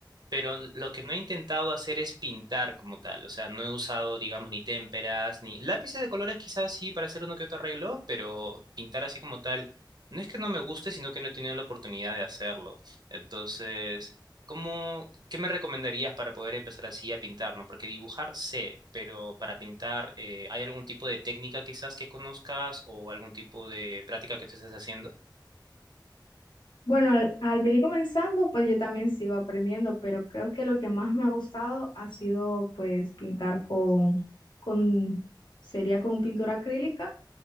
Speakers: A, on the right; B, on the left.
A: pero lo que no he intentado hacer es pintar como tal, o sea, no he usado, digamos, ni témperas, ni lápices de colores quizás sí para hacer uno que otro arreglo, pero pintar así como tal, no es que no me guste, sino que no he tenido la oportunidad de hacerlo. Entonces, ¿cómo, qué me recomendarías para poder empezar así a pintar, no? Porque dibujar sé, pero para pintar, eh, ¿hay algún tipo de técnica quizás que conozcas o algún tipo de práctica que tú estés haciendo?
B: Bueno, al, al venir comenzando pues yo también sigo aprendiendo, pero creo que lo que más me ha gustado ha sido pues pintar con, con, sería con pintura acrílica